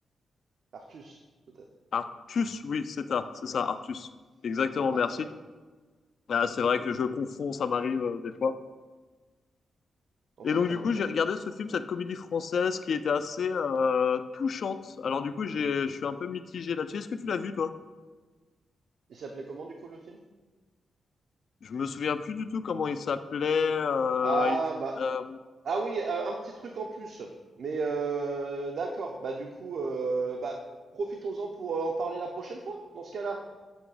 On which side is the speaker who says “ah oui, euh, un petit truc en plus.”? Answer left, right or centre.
Right